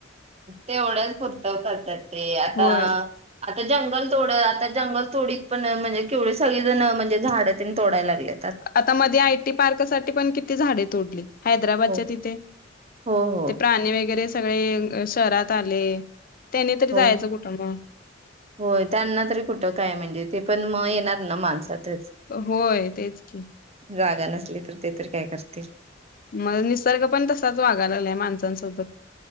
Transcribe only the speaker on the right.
तेवढंच पुर्त करतात ते आता
आता जंगल तेोड आता जंगल तोडीत पण म्हणजे केवढे सगळी जण म्हणजे झाडं तोडायला लागले
हो
हो हो
हो
होय त्यांना तरी कुठं काय म्हणजे ते पण मग येणार ना माणसात
जागा नसली तर ते तर काय करत ते